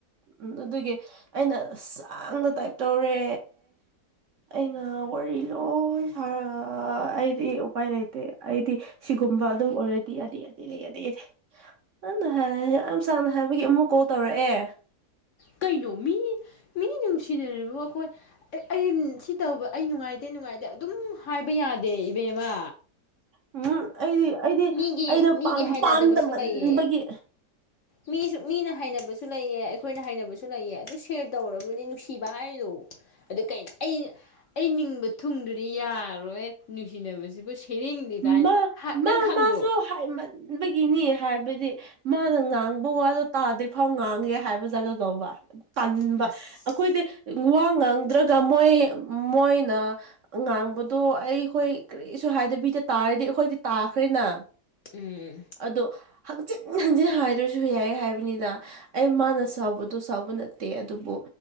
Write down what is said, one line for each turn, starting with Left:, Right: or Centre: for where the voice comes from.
Right: ꯎꯝ ꯑꯗꯨꯒꯤ ꯑꯩꯅ ꯁꯥꯡꯅ ꯇꯥꯏꯞ ꯇꯧꯔꯦ ꯑꯩꯅ ꯋꯥꯔꯤ ꯂꯣꯏ ꯐꯔ ꯑꯩꯗꯤ ꯎꯄꯥꯏ ꯂꯩꯇꯦ ꯑꯩꯗꯤ ꯁꯤꯒꯨꯝꯕ ꯑꯗꯨꯝ ꯑꯣꯏꯔꯗꯤ ꯌꯥꯗꯦ ꯌꯥꯗꯦ ꯌꯥꯗꯦ ꯌꯥꯗꯦ ꯅꯪꯅ ꯍꯥꯏꯔꯗꯤ ꯑꯝ ꯆꯥꯝꯃ ꯍꯥꯏꯕꯒꯤ ꯑꯃꯨꯛ ꯀꯣꯜ ꯇꯧꯔꯛꯑꯦ
Left: ꯀꯩꯅꯣ ꯃꯤ ꯃꯤ ꯅꯨꯡꯁꯤꯅꯔꯤꯕ ꯑꯩꯈꯣꯏ ꯑꯩ ꯑꯩ ꯁꯤ ꯇꯧꯕ ꯑꯩ ꯅꯨꯡꯉꯥꯏꯇꯦ ꯅꯨꯡꯉꯥꯏꯇꯦ ꯑꯗꯨꯝ ꯍꯥꯏꯕ ꯌꯥꯗꯦ ꯏꯕꯦꯝꯃ
Right: ꯎꯝ ꯍꯨꯝ ꯑꯩꯗꯤ ꯑꯩꯗꯤ
Left: ꯃꯤꯒꯤ
Right: ꯑꯩꯗꯣ
Left: ꯃꯤꯒꯤ
Right: ꯄꯥꯝ
Left: ꯍꯩꯅꯗꯕꯁꯨ
Right: ꯄꯥꯝꯗꯃꯟꯕꯒꯤ
Left: ꯂꯩꯌꯦ ꯃꯤꯁꯨ ꯃꯤꯅ ꯍꯥꯏꯅꯕꯁꯨ ꯂꯩꯌꯦ ꯑꯩꯈꯣꯏꯅ ꯍꯥꯏꯅꯕꯁꯨ ꯂꯩꯌꯦ ꯑꯗꯨ ꯁꯦꯌꯔ ꯇꯧꯔꯒꯅꯤ ꯅꯨꯡꯁꯤꯕ ꯍꯥꯏꯗꯣ ꯑꯗꯨ ꯀꯩꯅꯣ ꯑꯩ ꯑꯩ ꯅꯤꯡꯕ ꯊꯨꯡꯗ꯭ꯔꯗꯤ ꯌꯥꯔꯣꯏ ꯅꯨꯡꯁꯤꯅꯕꯁꯤꯕꯨ ꯁꯦꯝꯅꯤꯡꯗꯦ ꯀꯥꯏꯅ
Right: ꯃꯥ
Left: ꯍꯥ
Right: ꯃꯥ
Left: ꯅꯪ ꯈꯪꯗ꯭ꯔꯣ
Right: ꯃꯥꯁꯨ ꯍꯥꯏꯃꯟꯕꯒꯤꯅꯤ ꯍꯥꯏꯕꯗꯤ ꯃꯥꯅ ꯉꯥꯡꯕ ꯋꯥꯗꯣ ꯇꯥꯗ꯭ꯔꯤ ꯐꯥꯎ ꯉꯥꯡꯒꯦ ꯍꯥꯏꯕ ꯖꯥꯠꯇꯣ ꯇꯧꯕ ꯇꯟꯕ
Left: ꯑꯁ
Right: ꯑꯩꯈꯣꯏꯗꯤ ꯋꯥ ꯉꯥꯡꯗ꯭ꯔꯒ ꯃꯣꯏ ꯃꯣꯏꯅ ꯉꯥꯡꯕꯗꯣ ꯑꯩꯈꯣꯏ ꯀ꯭ꯔꯤꯁꯨ ꯍꯥꯏꯗꯕꯤꯗ ꯇꯥꯔꯗꯤ ꯑꯩꯈꯣꯏꯗꯤ ꯇꯥꯈ꯭ꯔꯦꯅ
Left: ꯎꯝ
Right: ꯑꯗꯣ ꯍꯖꯤꯟ ꯍꯟꯖꯤꯟ ꯍꯥꯏꯗ꯭ꯔꯁꯨ ꯌꯥꯏ ꯍꯥꯏꯕꯅꯤꯗ ꯑꯩ ꯃꯥꯅ ꯁꯥꯎꯕꯗꯣ ꯁꯥꯎꯕ ꯅꯠꯇꯦ ꯑꯗꯨꯕꯨ